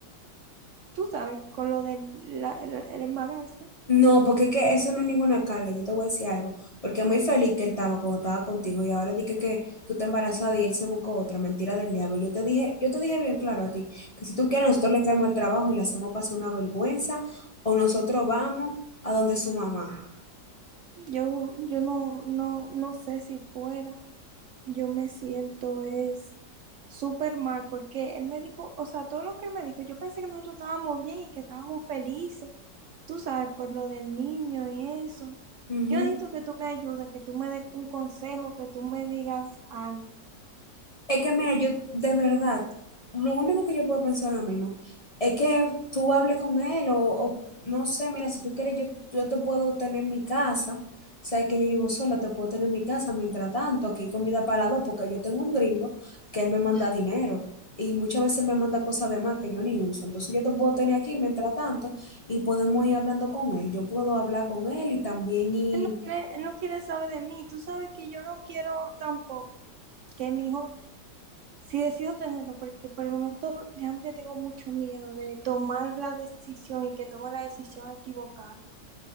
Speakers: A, on the right; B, on the left.
A: tú sabes, con lo del la- el, el embarazo,
B: No, porque es que eso no es ninguna carga. Yo te voy a decir algo. Porque muy feliz que él estaba cuando estaba contigo y ahora dije que, que tú te embarazada y él se buscó otra mentira del diablo. Yo te dije, yo te dije bien claro a ti que si tú quieres, nosotros le caemos al trabajo y le hacemos pasar una vergüenza o nosotros vamos a donde su mamá.
A: yo, yo no, no, no sé si pueda. yo me siento es súper mal porque él me dijo, o sea, todo lo que él me dijo, yo pensé que nosotros estábamos bien y que estábamos felices, tú sabes, por lo del niño y eso.
B: Ujú.
A: Yo necesito que tú me ayudes, que tú me des un consejo, que tú me digas algo.
B: Es que mira, yo de verdad, lo único que yo puedo pensar ahora mismo es que tú hables con él o, o, no sé, mira, si tú quieres, yo, yo te puedo tener en mi casa, o sea, que yo vivo sola, te puedo tener en mi casa, mientras tanto, aquí hay comida para dos, porque yo tengo un gringo que él me manda dinero y muchas veces él me manda cosas de más que yo ni uso, entonces yo te puedo tener aquí mientras tanto y podemos ir hablando con él, yo puedo hablar con él y también y
A: Él no quiere, él no quiere saber de mí, tú sabes que yo no quiero tampoco que mi hijo, si decido tenerlo, porque por el momento realmente tengo mucho miedo de tomar la decisión y que tome la decisión equivocada.